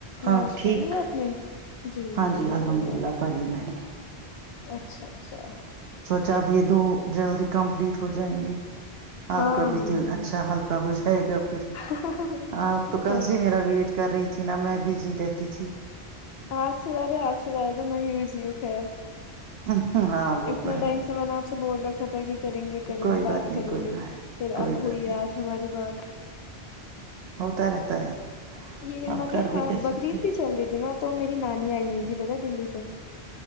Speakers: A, on the left; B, on the right.
A: نماز
B: آپ ٹھیک
A: پڑھ لی ہے آپ نے جی
B: ہاں
A: الحمد للہ
B: پڑھی میں نے
A: اچھا اچھا
B: چ اب یہ دو جلدی کمپلیٹ ہو جائیں گے
A: ہاں
B: آپ کا بھی
A: ہاں
B: تل اچھا ہلکا ہو ج رہے گا پھر
A: ہاں
B: آپ تو کل
A: ہاں
B: س میرا ویٹ کر رہی تھی نا میں بزی رہتی تھی
A: آپ سےلارے آپ سلارے تو میںیں بھیزوں خیر
B: ہاں ہ ہاں وہ
A: اتنے
B: تو ہے
A: ٹائم سے میں نے آپ بول رکھا تھاائے کہ کریں گے کریں
B: کوئی
A: گے بات
B: نہیں
A: کریں
B: کوئی
A: گے
B: بات
A: پھر اب
B: کوئی
A: ہوئی
B: بات
A: ہے آج ہماری بات
B: تا رہتا ہے
A: یہ
B: آپ
A: مطلب
B: کر
A: ہاں
B: بھی کہہ
A: بقریعید
B: سکتے ہیں
A: بھی چل رہی تھی نا تو میری نانی آئی ہوئی تھی پتا دلی سے